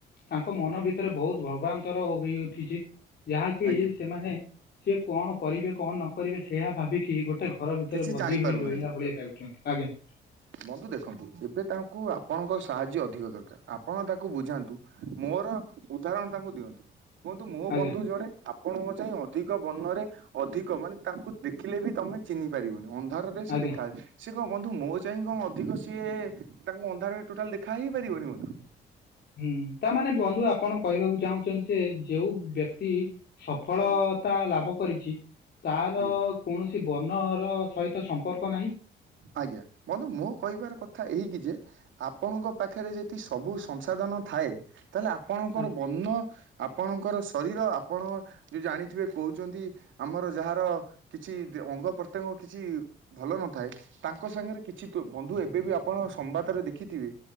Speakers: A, on the left (about 55°); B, on the right (about 75°).
A: ତାଙ୍କ ମନ ଭିତରେ ବହୁତୁ ଭବାନ୍ତର ହୋଇ ଉଠିଛି। ଯାହାକି
B: ଆଜ୍ଞା
A: ସେମାନେ ସିଏ କଣ କରିବେ କଣ ନ କରିବେ ସେ ଭାବିକି ଗୋଟେ ଗୋଟେ ଘର ଭିତରେ
B: କିଛି
A: ବନ୍ଦୀ
B: ଜାଣି
A: ହୋଇ
B: ପାରୁନାହାନ୍ତି
A: ରହିଲା ଭଳିଆ ଯହୁଛନ୍ତି ଆଜ୍ଞା।
B: ବନ୍ଧୁ ଦେଖନ୍ତୁ ଏବେ ତାଙ୍କୁ ଆପଣଙ୍କ ସାହାଯ୍ୟ ଅଧିକ ଦରକାର। ଆପଣ ତାକୁ ବୁଝାନ୍ତୁ ମୋର ଉଦାହରଣ ତାଙ୍କୁ ଦିଅନ୍ତୁ। କୁହନ୍ତୁ ମୋ
A: ଆଜ୍ଞା
B: ବନ୍ଧୁ ଜଣେ ଆ ଆପଣଙ୍କୁ ଚାହିଁ ଅଧିକ ବର୍ଣ୍ଣରେ ଅଧିକ ମାନେ ତାଙ୍କୁ ଦେଖିଲେ ବି ତମେ ଚିହ୍ନି ପାରିବନି ଅନ୍ଧାର ଅନ୍ଧାରକୁ ବି ସେ
A: ଆଜ୍ଞା
B: ଦେଖାହେବେ। ସେ କଣ ବନ୍ଧୁ ମୋ ଚାହିଁ କଣ ଅଧିକ ସିଏ ତାଙ୍କୁ ଅନ୍ଧାରେରେ ଟୋଟାଲ୍ ଦେଖା ହେଇପାରିବନି ବନ୍ଧୁ?
A: ହୁଁ ତାମାନେେ ବନ୍ଧୁ ଆପଣ କହିବାକୁ ଚାହୁଁଛନ୍ତି ଯେ ଯୋଉ ବ୍ୟକ୍ତି ସଫଳ
B: ଆଜ୍ଞା
A: ଅ ତା ଲାଭ କରିଚି ତାର
B: ଆଜ୍ଞା
A: କୌଣସି ବର୍ଣ୍ଣ ର ସହିତ ସମ୍ପର୍କ ନାହିଁ।
B: ଆଜ୍ଞା ବନ୍ଧୁ ମୋ କହିବାର କଥା ଏହିକି ଯେ ଆପଣଙ୍କ ପାଖରେ ଯଦି ସବୁ ସଂସାଧନ ଥାଏ ତାହେଲେ ଆପଣଙ୍କର
A: ଆଜ୍ଞା
B: ବର୍ଣ୍ଣ ଆପଣଙ୍କର ଶରୀର ଆପଣ ଯୋଉ ଜାଣିଥିବେ କହୁଛନ୍ତି ଆମର ଯାହାର କିଛି ଅଙ୍ଗ ପ୍ରତ୍ୟଙ୍ଗ କିଛି ଭଲ ନ ଥାଏ ତାଙ୍କ ସାଙ୍ଗରେ କିଛି ତ ବନ୍ଧୁ ଏବେ ବି ଆପଣ ସମ୍ବାଦରେ ଦେଖିଥିବେ